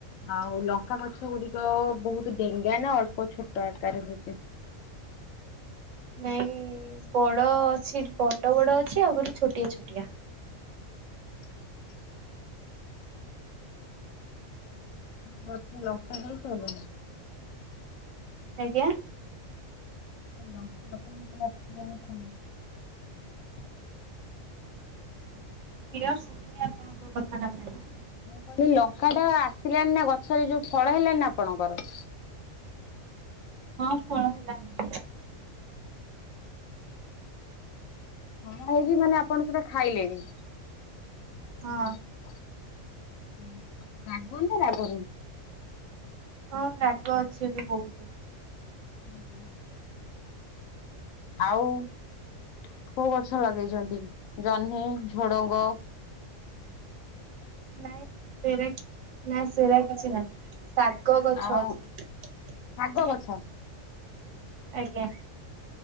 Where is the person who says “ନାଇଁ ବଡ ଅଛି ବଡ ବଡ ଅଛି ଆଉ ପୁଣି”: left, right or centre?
Right